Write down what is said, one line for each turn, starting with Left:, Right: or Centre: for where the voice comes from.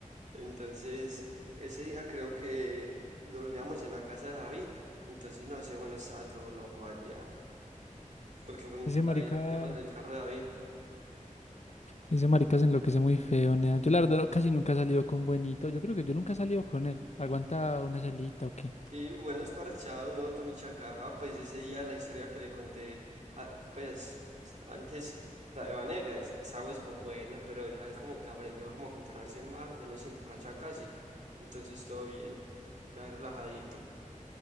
Right: Entonces, ese día creo que dormíamos en la casa de David. Entonces, no sé, bueno, estaba todo loco allá. Porque fue David,
Left: Ese marica,
Right: digamos, el carro de David.
Left: ese marica se enloquece muy feo, nea. Yo la verdad no- casi nunca he salido con Buenito. Yo creo que yo nunca he salido con él. Aguanta una salita o qué.
Right: Y bueno, es parchado, uno está mucha caja. Pues ese día la historia que le conté, a- pues antes, la de Vanegas, esa es con buena, pero ya él como que aprendió como a controlarse más, ya no se emborracha casi. Entonces, todo bien, ya relajadito.